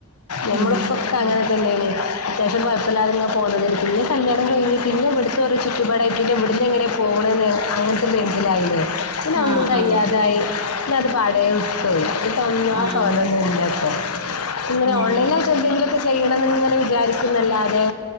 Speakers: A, on the left; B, on the right.
A: നമ്മളിപ്പോ
B: ഉം
A: അങ്ങനെ തന്നെയാണ് അത്യാവശ്യം കുഴപ്പമില്ലാതങ്ങനെ പോകുന്നത്തി പിന്നെ കല്യാണം കഴിഞ്ഞ് പിന്നെ ഇവിടു ഇ ഒരു ചുറ്റുപാടായിട്ട് പിന്നെ ഇവിടുന്ന് എങ്ങനെ പോകണന്ന് അങ്ങനത്തെ ഒരു മൈന്റിയിലേ പിന്നെ
B: ആഹ്
A: ഒന്നും കഴ്യാതെ
B: ആഹ്
A: പിന്നെ അത് പാടേ വിട്ടോയി പിന്നെ ആ
B: ആഹ്
A: സൊഹലൊന്നും ഇല്ല പ്പം ഉപ്പൊ ഇങ്ങനെ
B: ആഹ്
A: ഓൺലൈനായിട്ട് എന്തേലൊ ചെയ്യണമെന്ന് ഇങ്ങനെ വിചാരിക്കുന്നല്ലാതെ